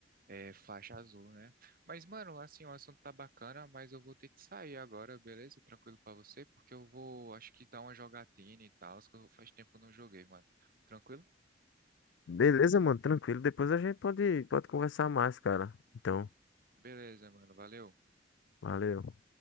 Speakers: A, on the right; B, on the left.
A: é, faixa azul, né? Mas, mano, assim, o assunto tá bacana, mas eu vou ter que sair agora, beleza? Tranquilo pra você, porque eu vou, acho que dar uma jogatina e tal, que eu- faz tempo que eu não joguei, mano. Tranquilo?
B: Beleza, mano, tranquilo. Depois a gente pode, pode conversar mais, cara. Então,
A: Beleza, mano. Valeu.
B: valeu.